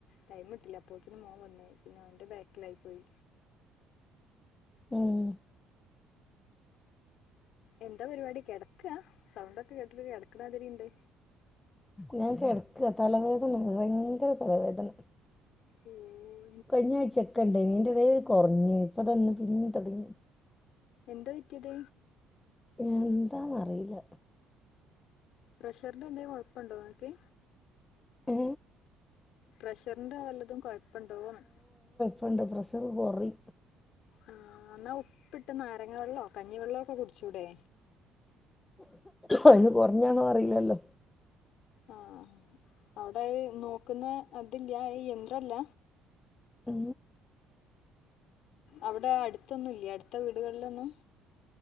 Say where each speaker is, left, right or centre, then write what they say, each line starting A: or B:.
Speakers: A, on the left (about 70°); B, on the left (about 20°).
A: ടൈം കിട്ടീല്ല അപ്പോത്തിന് മോൻ വന്ന് പിന്നെ അവന്റെ ബാക്കിലായി പോയി
B: ഉം
A: എന്താ പരിപാടി കെട സൗണ്ടക്കെ കിടക്കണാതിരിണ്ട്
B: ഞാൻ കിടക്ക തലവേദന ഭയ്ങ്കര തലവേദന
A: ഉം
B: കഴിഞ്ഞാഴ്ചൊക്ക എണ്ട് എന്റത് കുറഞ്ഞ ഇപ്പൊ തന്ന് പിന്നീ തൊടങ്ങി
A: എന്താ പറ്റിയത്
B: എന്താന്നറിയില്ല
A: പ്രഷറിന്റെ എന്തെലും കൊഴപ്പുണ്ടോ നിനക്ക്
B: ഏ
A: പ്രഷറിന്റെ വല്ലതും കൊഴ ഇപ്പണ്ടോന്ന്
B: പണ്ട് പ്രഷർ കൊറയും
A: ആഹ എന്നാ ഉപ്പിട്ട് നാരങ്ങ വെള്ളോ കഞ്ഞിവെള്ളൊക്കെ കുടിച്ചൂടെ
B: അന് കൊറഞ്ഞാണോ അറിയില്ലല്ലോ
A: ആഹ അവിടെ നോക്കുന്ന അതില്ല ആ എന്ത്രില്ല
B: ഉ
A: അവിടെ അടുത്തൊന്നുംല്ല അടുത്ത വീടുകളിലൊന്നും